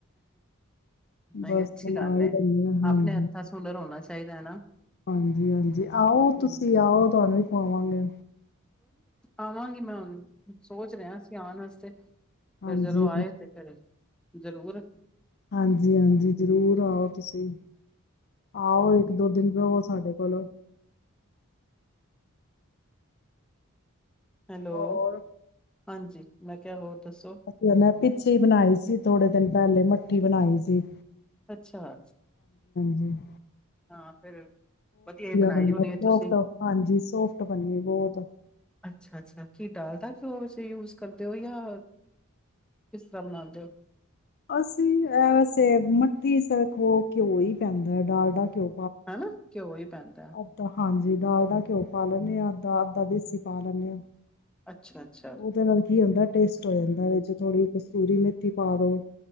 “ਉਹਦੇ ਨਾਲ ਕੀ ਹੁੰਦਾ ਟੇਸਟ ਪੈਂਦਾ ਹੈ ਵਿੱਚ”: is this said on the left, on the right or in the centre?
Left